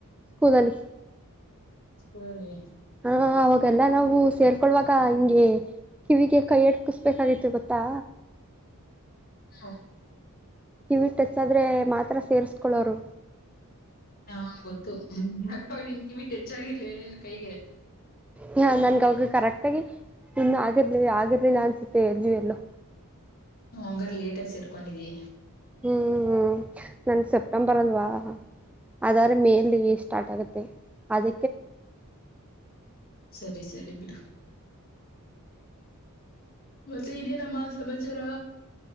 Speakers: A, in the centre; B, on the left (about 45°).
A: ಸ್ಕೂಲ ಅಲ್ಲಿ
B: ಸ್ಕೂಲಲ್ಲಿ
A: ಹ ಅವಾಗೆಲ್ಲ ನಾವು ಸೇರ್ಕೊೊಳ್ಳುವಾಗ ಹಿಂಗೆ ಕಿವಿಗೆ ಕೈ ಎಡ್ಕಿಸ್ಬೇಕಾಗಿತ್ತು ಗೊತ್ತಾ
B: ಹಾ
A: ಕಿವಿ ಟಚ್ ಆದ್ರೆ ಮಾತ್ರ ಸೇರ್ಸ್ಕೊಳ್ಳೋರು
B: ಹಾ ಗೊತ್ತು ಹಾಕ್ಬಾವ ನೀನ್ ಕಿವಿಟ್ಟ ಹೆಚ್ಚಾಗಿರ್ಲಿ ನ್ ಕೈಗೆ
A: ಹ ನನ್ ಕ ಕರೆಕ್ಟ್ ಆಗಿ ಇನ್ನು ಆಗಿರ್ಲಿ ಆಗಿರ್ಲಿಲ್ಲ ಅನ್ಸುತ್ತೆ ಜ ಎಲ್ಲೋ
B: ಹ ಹಂಗಾರ ಲೇಟ್ ಆಗ ಸೇರ್ಕೊಂಡಿದಿ
A: ಹ್ಮ್ ಹ್ಮ್ ನನ್ನು ಸೆಪ್ಟೆಂಬರ್ ಅಲ್ವಾ ಅದ್ರ ಮೇಲೆ ಇಷ್ಟ ಸ್ಟಾಟ ಆಗುತ್ತೆ ಅದ
B: ಸರಿ ಸರಿ ಬಿಡು ಮತ್ತೆ ಇನ್ನೇ ನಮ್ಮ ಸಮಾಚಾರ